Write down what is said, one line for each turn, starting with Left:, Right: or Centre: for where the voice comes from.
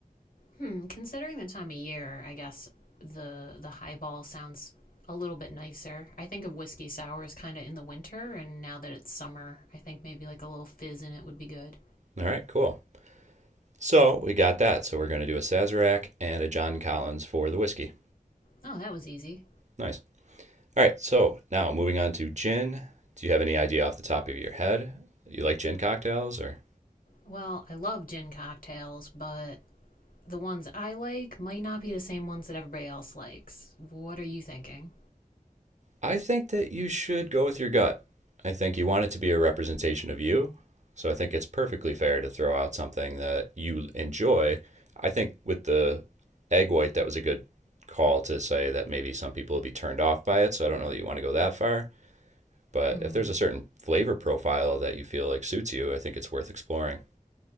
Left: Hmm. Considering the time of year, I guess the the highball sounds a little bit nicer. I think of whiskey sours kind of in the winter, and now that it's summer, I think maybe like a little fizz in it would be good.
Right: All right, cool. So we got that. So we're going to do a Sazerac and a John Collins for the whiskey.
Left: Oh, that was easy.
Right: Nice. All right, so now moving on to gin. Do you have any idea off the top of your head? You like gin cocktails or?
Left: Well, I love gin cocktails, but the ones I like might not be the same ones that everybody else likes. What are you thinking?
Right: I think that you should go with your gut. I think you want it to be a representation of you. So I think it's perfectly fair to throw out something that you enjoy. I think with the egg white, that was a good call to say that maybe some people will be turned off by it. So I don't know that you want to go that far. But
Left: Hmm.
Right: if there's a certain flavor profile that you feel like suits you, I think it's worth exploring.